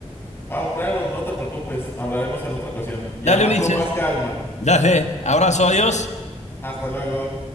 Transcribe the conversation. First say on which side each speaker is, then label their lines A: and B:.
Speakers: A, on the left (about 20°); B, on the left (about 80°).
A: Ah, claro, no te preocupes, hablaremos en otra ocasión. Llama
B: Dale, Ulises,
A: con más calma.
B: dale, abrazo, adiós.
A: Hasta luego.